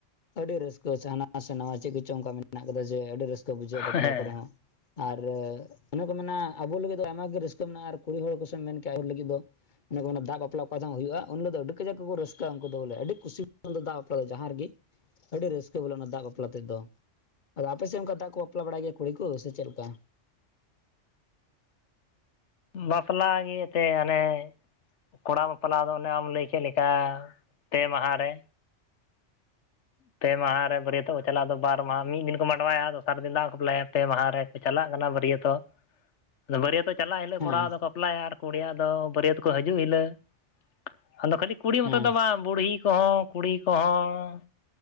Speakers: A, on the left (about 45°); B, on the left (about 70°).
A: ᱟᱹᱰᱤ ᱨᱟᱹᱥᱠᱟᱹ ᱥᱮ ᱦᱟᱱᱟᱣᱟ ᱥᱮ ᱱᱟᱣᱟ ᱟᱰᱤ ᱨᱟᱹᱥᱠᱟᱹ ᱦᱟᱱᱟ ᱥᱮ ᱱᱚᱭᱟ ᱪᱮᱫ ᱠᱚᱪᱚᱝ ᱚᱱᱠᱟ ᱢᱮᱱᱟᱜ ᱠᱟᱫᱟ ᱡᱮ ᱟᱹᱰᱤ ᱨᱟᱹᱥᱠᱟᱹ ᱵᱩᱡᱷᱟᱹᱜᱼᱟ ᱵᱟᱯᱞᱟ
B: ᱦᱮᱸ
A: ᱠᱚᱨᱮ ᱦᱚᱸ ᱟᱨ ᱚᱱᱮ ᱠᱚ ᱢᱮᱱᱟ ᱟᱵᱚ ᱞᱟᱹᱜᱤᱫ ᱫᱚ ᱟᱭᱢᱟᱟᱜ ᱜᱮ ᱨᱟᱹᱥᱠᱟᱹ ᱢᱮᱱᱟᱜᱼᱟ ᱟᱨ ᱠᱩᱲᱤ ᱦᱚᱲ ᱠᱚ ᱥᱮ ᱟᱭᱳ ᱦᱚᱲ ᱞᱟᱹᱜᱤᱫ ᱫᱚᱼᱼ ᱫᱟᱜ ᱵᱟᱯᱞᱟ ᱚᱠᱟᱦ ᱦᱚᱸ ᱦᱩᱭᱩᱜᱼᱟ ᱩᱱ ᱦᱤᱞᱜ ᱫᱚ ᱟᱹᱰᱤ ᱠᱟᱡᱟ ᱠᱚ ᱨᱟᱹᱥᱠᱟᱹᱼᱟ ᱩᱱᱠᱩ ᱫᱚ ᱵᱚᱞᱮ ᱟᱹᱰᱤᱼᱼ <unintelligible> ᱫᱟᱜ ᱵᱟᱯᱞᱟ ᱫᱚ ᱡᱟᱦᱟᱸ ᱨᱮᱜᱮ ᱟᱹᱰᱤ ᱨᱟᱹᱥᱠᱟᱹ ᱵᱚᱞ ᱚᱱᱟ ᱫᱟᱜ ᱵᱟᱯᱞᱟ ᱛᱮᱫ ᱫᱚ᱾ ᱟᱫᱚ ᱟᱯᱮ ᱥᱮᱱ ᱚᱱᱠᱟ ᱫᱟᱜ ᱠᱚ ᱵᱟᱯᱞᱟ ᱵᱟᱲᱟᱭ ᱜᱮᱭᱟ ᱠᱩᱲᱤ ᱠᱚ ᱥᱮ ᱪᱮᱫ ᱞᱮᱠᱟ?
B: ᱵᱟᱯᱞᱟ ᱜᱮ ᱛᱮ ᱟᱱᱮᱼᱼ ᱠᱚᱲᱟ ᱵᱟᱯᱞᱟ ᱫᱚ ᱚᱱᱮ ᱟᱢ ᱞᱟᱹᱭ ᱠᱮᱫ ᱞᱮᱠᱟ ᱯᱮ ᱢᱟᱦᱟ ᱨᱮ ᱯᱮ ᱢᱟᱦᱟᱨᱮ ᱵᱟᱹᱨᱭᱟᱹᱛᱚᱜ ᱠᱚ ᱪᱟᱞᱟᱜᱼᱟᱫᱚ ᱵᱟᱨ ᱢᱟᱦᱟ ᱢᱤᱫ ᱫᱤᱱ ᱠᱚ ᱢᱟᱸᱰᱣᱟᱭᱟ ᱫᱚᱥᱟᱨ ᱫᱤᱱ ᱫᱟᱜ ᱠᱚ ᱵᱟᱯᱞᱟᱭᱟᱼᱼ ᱯᱮ ᱢᱟᱦᱟ ᱨᱮᱠᱚ ᱪᱟᱞᱟᱜ ᱠᱟᱱᱟ ᱵᱟᱹᱨᱭᱟᱹᱛᱚᱜ᱾
A: <unintelligible>
B: ᱵᱟᱹᱨᱭᱛ ᱪᱟᱞᱟᱜᱼᱟ ᱤᱞᱳ
A: ᱦᱮᱸ
B: ᱠᱚᱲᱟᱟᱣ ᱫᱚᱠᱚᱼᱼ <unintelligible> ᱟᱨ ᱠᱩᱲᱤᱭᱟᱜ ᱫᱚ ᱵᱟᱹᱨᱭᱟᱹᱛ ᱠᱚ ᱦᱤᱡᱩᱜ ᱦᱤᱞᱳᱜ ᱟᱫᱚ ᱠᱷᱟᱹᱞᱤ ᱠᱩᱲᱤ ᱢᱚᱛᱚ
A: ᱦᱮᱸ
B: ᱫᱚ ᱵᱟᱝ? ᱵᱩᱲᱦᱤ ᱠᱚᱦᱚᱸ ᱠᱩᱲᱤ ᱠᱚᱦᱚᱸ